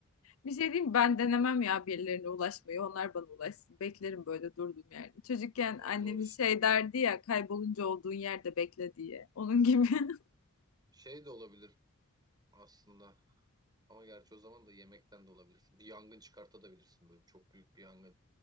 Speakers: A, on the left; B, on the right.
A: Bir şey diyeyim mi? ben denemem ya birilerine ulaşmayı. Onlar bana ulaşsın. Beklerim böyle durduğum yerde. Çocukken
B: Ama
A: annemiz
B: zor işte.
A: şey derdi ya kaybolunca olduğun yerde bekle diye. Onun gibi. <laughs>
B: Şey de olabilir aslında. Ama gerçi o zaman da yemekten de olabilirsin. Bir yangın çıkartabilirsin böyle çok büyük bir yangın.